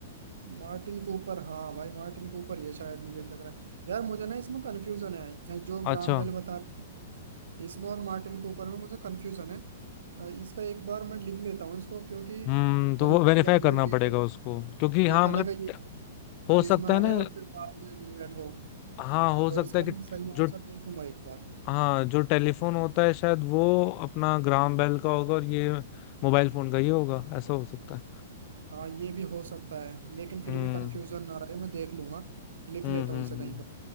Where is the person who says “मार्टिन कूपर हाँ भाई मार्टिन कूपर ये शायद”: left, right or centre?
Right